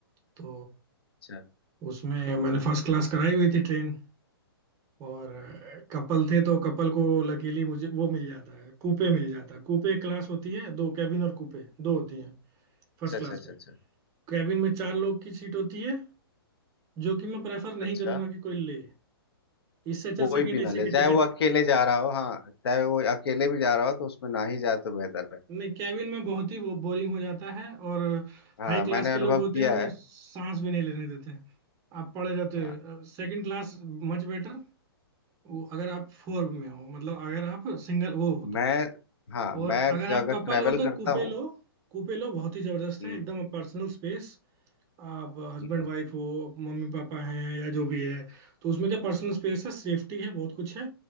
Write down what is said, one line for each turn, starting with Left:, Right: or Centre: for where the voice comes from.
Right: तो
Left: अच्छा
Right: उसमें मैंने फर्स्ट क्लास कराई हुई थी ट्रेन और कपल थे तो कपल को लकीली मुझे वो मिल जाता है कूपे मिल जाता है कूपे एक क्लास होती है दो कैबिन और कूपे दो होती हैं फर्स्ट
Left: अच्छा अच्छा
Right: क्लास
Left: अच्छा
Right: में
Left: अच्छा
Right: कैबिन में चार लोग की सीट होती है जो कि मैं प्रेफर नहीं
Left: अच्छा
Right: करूंगा कि कोई ले इससे अच्छा
Left: कोई
Right: सेकंड
Left: भी
Right: एसी
Left: ना ले
Right: की
Left: चाहे
Right: टिकट
Left: वो अकेले जा रहा हो हाँ चाहे वो अकेले भी जा रहा हो तो उसमें ना ही जाए तो बेहतर है
Right: नहीं कैबिन में बहुत ही वो बोरिंग हो जाता है और
Left: हाँ
Right: हाई क्लास
Left: मैंने
Right: के
Left: अनुभव
Right: लोग होते
Left: किया
Right: हैं वो
Left: है
Right: सांस भी नहीं लेने देते आप पड़े रहते
Left: हाँ
Right: हो Second class much better वो अगर आप फोर में हो मतलब अगर आप सिंगल वो हो तो
Left: मैं हाँ
Right: और
Left: मैं
Right: अगर आप
Left: अगर
Right: कपल
Left: ट्रैवल
Right: हो तो
Left: करता
Right: कूपे
Left: हूँ
Right: लो कूपे लो बहुत ही जबरदस्त
Left: हम्म
Right: है एकदम पर्सनल स्पेस आप हस्बैंड
Left: हम्म
Right: वाइफ हो मम्मी पापा हैं या जो भी है तो उसमें क्या पर्सनल स्पेस है सेफ्टी है बहुत कुछ है